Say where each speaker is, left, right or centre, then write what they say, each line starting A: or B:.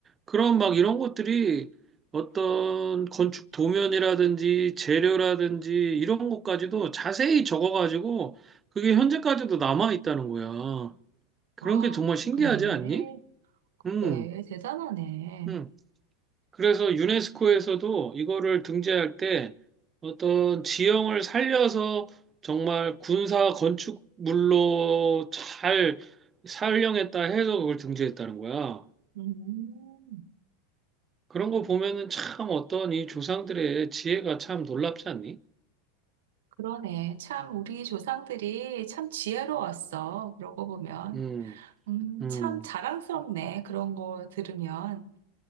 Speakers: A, on the right (about 25°); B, on the right (about 75°).
A: 그런 막 이런 것들이 어떤 건축 도면이라든지 재료라든지 이런 것까지도 자세히 적어가지고 그게 현재까지도 남아 있다는 거야. 그런
B: 아,
A: 게 정말 신기하지
B: 그래.
A: 않니? 음,
B: 그래, 대단하네.
A: 음. 그래서 유네스코에서도 이거를 등재할 때 어떤 지형을 살려서 정말 군사 건축물로 잘 살령했다 해서 그걸 등재했다는 거야.
B: 음,
A: 그런 거 보면은 참 어떤 이 조상들의 지혜가 참 놀랍지 않니?
B: 그러네. 참, 우리 조상들이 참 지혜로웠어. 그러고 보면.
A: 음,
B: 음,
A: 음,
B: 참 자랑스럽네. 그런 거 들으면.